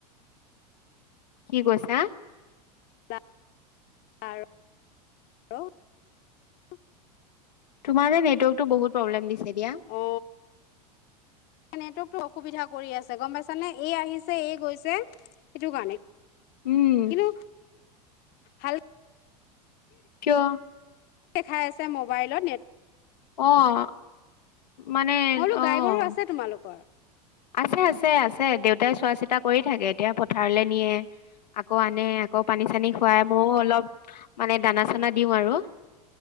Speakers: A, on the left (about 85°); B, on the left (about 50°).
A: কি কৈছা?
B: <unintelligible>
A: তোমাৰ যে নেটৱৰ্কটো বহুত প্ৰব্লেম দিছে দিয়া।
B: অ নেটৱৰ্কটো অসুবিধা কৰি আছে গম পাইছা নে? এই আহিছে এই গৈছে সেইটো কাৰণে।
A: উম
B: কিন্তু ভাল
A: কিয়?
B: দেখাই আছে মোবাইলত নেট।
A: অহ মানে
B: মই বোলো
A: অহ।
B: গাই গৰু আছে তোমালোকৰ
A: আছে আছে আছে দেউতাই চোৱা-চিতা কৰি থাকে এতিয়া পথাৰলৈ নিয়ে। আকৌ আনে। আকৌ পানী-চানী খুৱাই ময়ো অলপ মানে দানা-চানা দিওঁ আৰু।